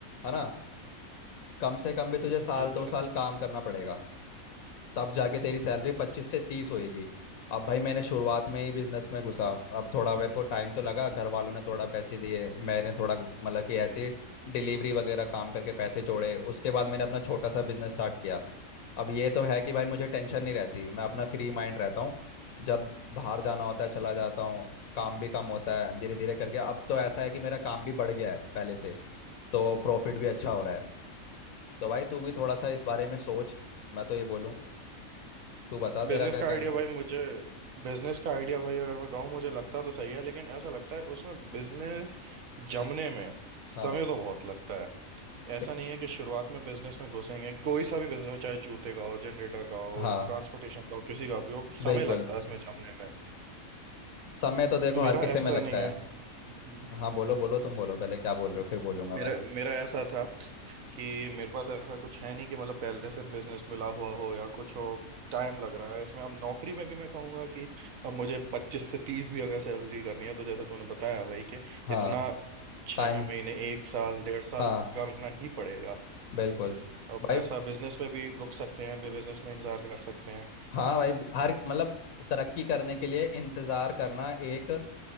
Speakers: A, on the left; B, on the right.
A: है ना कम से कम भी तुझे साल
B: ये
A: दो
B: तो
A: साल
B: है
A: काम करना पड़ेगा तब जाके तेरी सैलरी पच्चीस से तीस होएगी अब भाई मैंने शुरुआत में ही बिजनेस में घुसा अब थोड़ा मेरे को टाइम तो लगा घर वालों ने थोड़ा पैसे दिए मैंने थोड़ा मतलब कि ऐसे डिलीवरी वगैरह काम करके पैसे जोड़े उसके बाद मैंने अपना छोटा सा बिजनेस स्टार्ट किया अब ये तो है कि भाई मुझे टेंशन नहीं रहती मैं अपना फ्री माइंड रहता हूँ जब बाहर जाना होता है चला जाता हूँ काम भी कम होता है धीरे धीरे करके अब तो ऐसा है कि मेरा काम भी बढ़ गया है पहले से तो प्रॉफिट भी अच्छा हो रहा है तो भाई तू भी थोड़ा सा इस बारे में सोच मैं तो ये बोलूँ तू बता
B: बिजनेस
A: तेरा क्या
B: का
A: कहना
B: आइडिया
A: है
B: भाई मुझे बिजनेस का आइडिया भाई अगर मैं कहूँ मुझे लगता तो सही है लेकिन ऐसा लगता है उसमें बिजनेस जमने में
A: हाँ
B: समय तो बहुत लगता है ऐसा
A: तो-
B: नहीं है कि शुरुआत में बिजनेस में घुसेंगे कोई सा भी बिजनेस हो चाहे जूते का हो जनरेटर का हो
A: हाँ
B: ट्रांसपोर्टेशन का हो किसी का भी हो समय
A: बिल्कुल
B: लगता है उसमें जमने में
A: समय तो देखो
B: मेरा
A: हर किसी
B: ऐसा
A: में लगता
B: नहीं है
A: है
B: हम्म।
A: हाँ बोलो बोलो तुम बोलो पहले क्या बोल रहे हो फिर बोलूंगा
B: मेरा
A: मैं
B: मेरा ऐसा था कि मेरे पास ऐसा कुछ है नहीं कि मतलब पहले से बिजनेस मिला हुआ हो या कुछ हो टाइम लग रहा है इसमें अब नौकरी में भी मैं कहूँगा कि अब मुझे पच्चीस से तीस भी अगर सैलरी करनी है तो जैसे तूने बताया भाई कि
A: हाँ
B: इतना छः
A: टाइम
B: महीने एक साल डेढ़ साल
A: हाँ
B: करना ही पड़ेगा
A: बिल्कुल
B: अब
A: भाई
B: ऐसा बिजनेस में भी रुक सकते हैं बिजनेस में इंतजार कर सकते हैं
A: हाँ भाई हर मतलब तरक्की करने के लिए इंतज़ार करना एक